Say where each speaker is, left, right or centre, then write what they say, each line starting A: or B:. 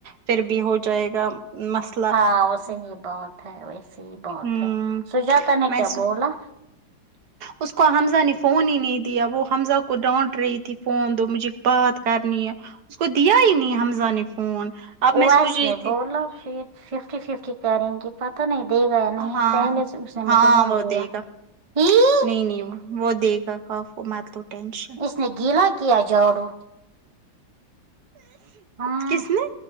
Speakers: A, on the right; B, on the right.
A: پھر بھی ہو جائے گا مست
B: ہاں ویسے ہی بہت ہے ویسے ہی بہت
A: ہوں
B: ہے سجاتا نے
A: میں
B: کیا
A: سو
B: بولا <inaudible>
A: اس کو حمزہ نے فون ہی نہیں دیا وہ حمزہ کو ڈانٹ رہی تھی فون دو مجھے بات کرنی ہے اس کو دیا ہی نہیں حمزہ نے فون اب
B: اویس
A: میں سوچ رہی
B: نے
A: تھی
B: بولا پھر ففٹی ففٹی کریں گے پتا نہیں دے گیا نہیں
A: ہاں
B: پہلے سے اس نے
A: ہاں
B: مجھے نہیں
A: وہ
B: دیا
A: دے گا
B: دیی
A: نہیں نہیں وہ وہ دے گا کاف متلو ٹینش
B: اس نے گیلا کیا جھاڑو ہاں
A: کس نے